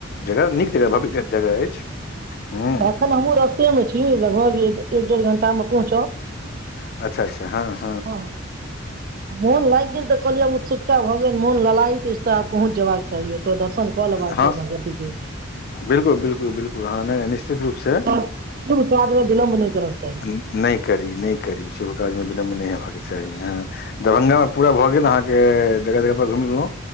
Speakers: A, on the left; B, on the right.
A: जगह नीक जगह भव्य जगह अछि हूँ
B: अखन हम्हु रास्ते मे छी लगभग एक डेढ़ घंटा मे पहुँचब
A: अच्छा अच्छा हँ
B: हँ मौन लागि गेल तऽ कहलिए उ चैल ईक्षा भऽ गेल मौन ललाई पहुँच जयबाक चाही ओतऽ दर्शन कऽ लेबाक
A: हँ
B: चाही भगवती केँ
A: बिल्कुल बिल्कुल बिल्कुल हँ नहि निश्चित रूप से
B: सभ शुभ काज मे विलभ नहि करै कऽ चाही
A: न- नहि करी नहि करी शुभ काज मे विलम्ब नहि होेबबाक के चाही दरभंगा मऽ पूरा भऽ गेल अहाँ के जगह जगह पर घुमि लेलहुँ